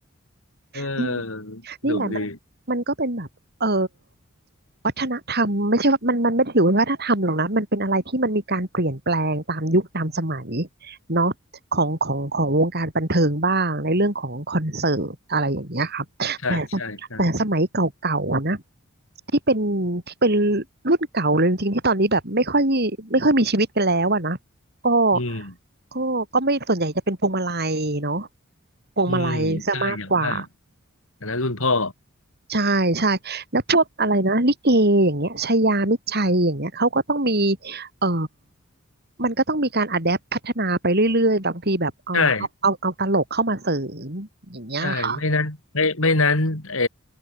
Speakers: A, on the left; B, on the right.
A: เออ
B: อืม
A: สนุกดี
B: นี่แหละมันมันก็เป็นแบบเอ่อวัฒนธรรมไม่ใช่ว่ามันมันไม่ได้ถือว่าวัฒนธรรมหรอกนะมันเป็นอะไรที่มันมีการเปลี่ยนแปลงตามยุคตามสมัยเนาะของของของวงการบันเทิงบ้างในเรื่องของคอนเสิร์ตอะไรอย่างเงี้ยครับแต่สแต่สมัยเก่าๆนะ
A: ใช่ใช่ใช่
B: ที่เป็นที่เป็นรุ่นเก่าเลยจริงๆที่ตอนนี้แบบไม่ค่อยไม่ค่อยมีชีวิตกันแล้วอะนะก็
A: อืม
B: ก็ก็ไม่ส่วนใหญ่จะเป็นพวงมาลัยเนาะพวงมาลัยซะมากกว่า
A: อืมใช่อย่างมากอันนั้นรุ่นพ่อ
B: ใช่ใช่แล้วพวกอะไรนะลิเกอย่างเงี้ยชายามิตรชัยอย่างเงี้ยเขาก็ต้องมีเอ่อมันก็ต้องมีการอะแดปพัฒนาไปเรื่อยๆบางทีแบบเออเอาเอาเอาตลกเข้ามาเสริมอย่างเงี้ยค่ะ
A: ใช่ใช่ไม่นั้นไม่ไม่นั้นเอ่อ